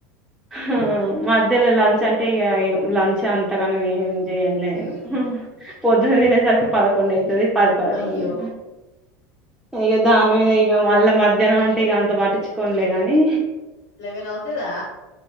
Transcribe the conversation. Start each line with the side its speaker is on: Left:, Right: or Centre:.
Centre: హా మధ్యలో లంచ్ అంటే ఇగ్ ఇంగా లంచ్ అంతాగానం ఏం జేయన్లే నేను
Left: ఉమ్
Centre: పొద్దున్ దినేసరికి పదకొన్డూ అయితది పది పదకొండు
Left: అయ్యో
Centre: ఇగా దాని మీద ఇగా మళ్ళీ మధ్యాహ్నం అంటే ఇగా అంత పట్టించుకోన్లే గాని
Left: లెవెన్ అవుతదా